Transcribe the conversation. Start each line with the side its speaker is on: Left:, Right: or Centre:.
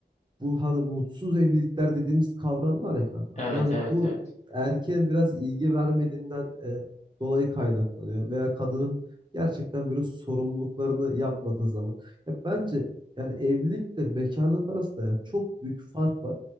Right: bu hani mutsuz evlilikler dediğimiz kavram var ya kankam.
Left: Evet
Right: Yani
Left: evet
Right: bu
Left: evet.
Right: erkeğin biraz ilgi vermediğinden e, dolayı kaynaklanıyor veya kadının gerçekten böyle sorumluluklarını yapmadığı zaman. Ya bence yani evlilikle bekarlık arasında yani çok büyük fark var.